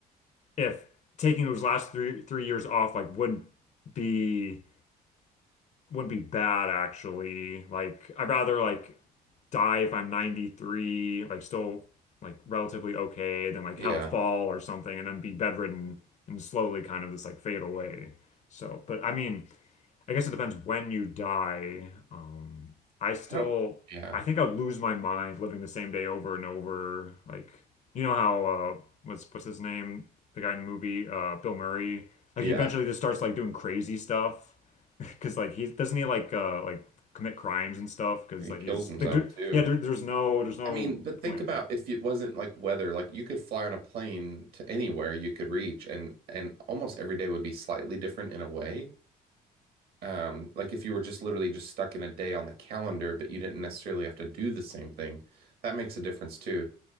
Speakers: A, on the left; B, on the right.
A: if taking those last three three years off like wouldn't be wouldn't be bad actually. Like I'd rather like die if I'm 93, like still like relatively okay, than like
B: yeah.
A: have a fall or something and then be bedridden and slowly kind of this like fade away. So, but I mean, I guess it depends when you die. Um, I still,
B: I don't, yeah.
A: I think I'd lose my mind living the same day over and over. Like, you know how uh, what's what's his name? The guy in the movie, uh, Bill Murray. Like,
B: Yeah.
A: he eventually just starts like doing crazy stuff <laughs> because like he doesn't he like uh like commit crimes and stuff because
B: And he
A: like
B: kills
A: he's
B: himself
A: like there,
B: too.
A: yeah there, there's no there's no
B: I mean, but
A: point
B: think about if it wasn't like weather, like you could fly on a plane to anywhere you could reach and and almost every day would be slightly different in a way. Um, like if you were just literally just stuck in a day on the calendar, but you didn't necessarily have to do the same thing, that makes a difference too.